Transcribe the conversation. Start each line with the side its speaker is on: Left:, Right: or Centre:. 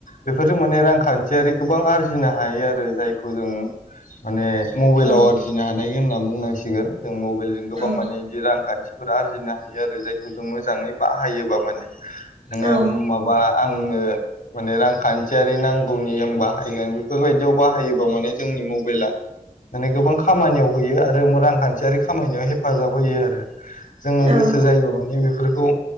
Left: बेफोरजों माने रांखान्थियारि गोबां आरजिनो हायो आरो जायखौ जों माने मबेइलाव
Right: औ
Left: आरजिनो हानाय होनना बुंनांसिगोन जों मबाइलजों गोबां
Right: औ
Left: माने बिदि रांखा थिफोर आरजिनो हायो आरो जायखौ जों मोजाङै बाहायोबा माने नोङो
Right: औ
Left: माबा आंनो माने रांखान्थियारि नांगौनि आं बाहायगोन बेफोरबायदियाव बाहायोबा माने जों नि मबेइला माने गोबां खामानियाव होयो आरो रांखान्थियारि खामायनायाव हेफाजाब होयो आरो जोङो
Right: औ
Left: गोसो जायोबा माने बेफोरखौ